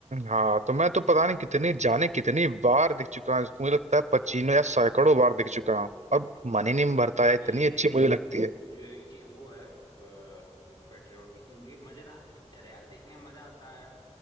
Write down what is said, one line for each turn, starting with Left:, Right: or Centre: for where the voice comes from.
Right: हाँ तो मैं तो पता नहीं कितनी जाने कितनी बार दिख चुका हूँ इसको मुझे लगता है पचीनों या सैकड़ों बार दिख चुका हूँ और मन ही नहीं भरता है इतनी
Left: ये
Right: अच्छी मुझे लगती है
Left: जो है कि वो है पेट्रियोटिक मूवी है मजेदार पिक्चर है यार देखने में मजा आता है